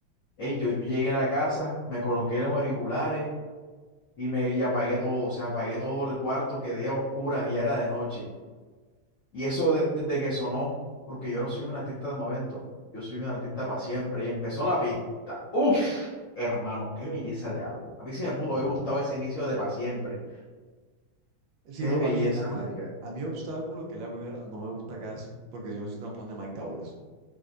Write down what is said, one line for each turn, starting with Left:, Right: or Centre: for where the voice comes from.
Left: Hey, yo llegué a la casa, me coloqué los auriculares y me y apagué todo. O sea, apagué todo el cuarto, quedé a oscuras y ya era de noche. Y eso de- desde que sonó, porque yo no soy un artista de momento, yo soy un artista para siempre. Y empezó la pista. Uf, hermano, qué belleza de álbum. A mí sí me pudo haber
Right: No,
Left: gustado
Right: no.
Left: ese inicio de para siempre.
Right: sino
Left: Qué belleza,
Right: a mí, a mí,
Left: marica.
Right: a mí Obstáculo, que es la primera, no me gusta casi, porque yo no soy tan fan de Mike Towers.